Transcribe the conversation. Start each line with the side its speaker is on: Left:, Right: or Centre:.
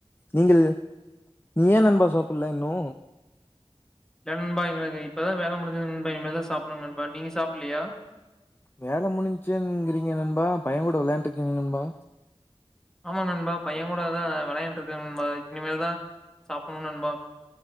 Left: நீங்கள் நீ ஏ நண்பா சாப்பிடல இன்னு
Centre: இல்ல நண்பா எங்களுக்கு இப்பதா வேல முடிஞ்சுதுங் நண்பா இனிமேல் தா சாப்பிடனுங் நண்பா நீங்க சாப்பில்லயா
Left: வேல முடிஞ்சுங்றீங்க நண்பா பையன் கூட விளையாண்ட்ருக்கீங்க நண்பா
Centre: ஆம்மா நண்பா பையன் கூடதா விளையண்ட்டுருக்க நண்பா இனிமேல்தா சாப்பிடணு நண்பா